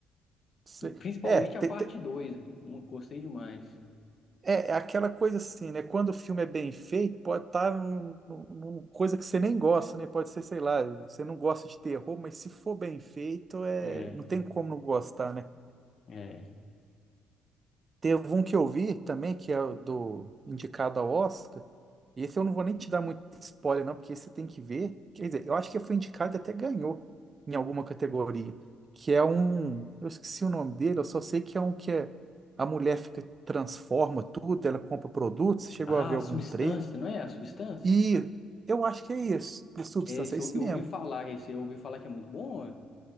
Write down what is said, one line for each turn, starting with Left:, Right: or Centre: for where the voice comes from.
Right: se-
Left: Principalmente
Right: É,
Left: a
Right: te-
Left: parte
Right: te-
Left: 2, mu- gostei demais.
Right: é, é aquela coisa assim, né? Quando o filme é bem feito, pode estar num, num- numa coisa que você nem gosta, né? Pode ser, sei lá, você não gosta de terror, mas se for bem feito, é,
Left: É,
Right: não tem como não gostar, né?
Left: é.
Right: Teve um que eu vi também, que é o do indicado ao Oscar. E Esse eu não vou nem te dar muito spoiler, não, porque esse você tem que ver. Quer dizer, eu acho que foi indicado e até ganhou em alguma categoria. Que é um. Eu esqueci o nome dele, eu só sei que é um que é. A mulher fica, transforma tudo, ela compra produtos. Você chegou
Left: Ah,
Right: a ver
Left: a
Right: algum
Left: substância,
Right: trailer?
Left: não é? A substância?
Right: E eu acho que é isso, de substância,
Left: É, Esse
Right: é
Left: eu,
Right: isso
Left: eu
Right: mesmo.
Left: ouvi falar, esse eu ouvi falar que é muito bom, ó.